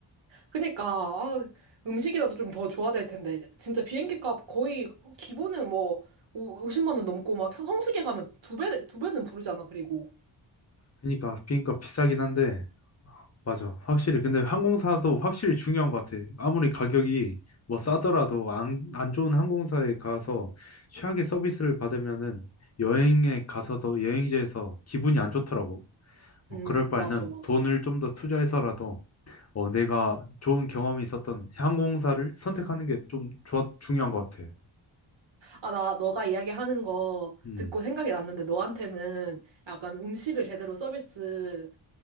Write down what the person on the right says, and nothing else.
그니까 아, 음식이라도 좀 더 줘야 될 텐데 진짜 비행기 값 거의 기본은 뭐 오- 50만 원 넘고 막 성수기 가면 두 배, 두 배는 부르잖아 그리고
음
맞아 맞아
아 나 너가 이야기하는 거
듣고 생각이 났는데 너한테는 약간 음식을 제대로 서비스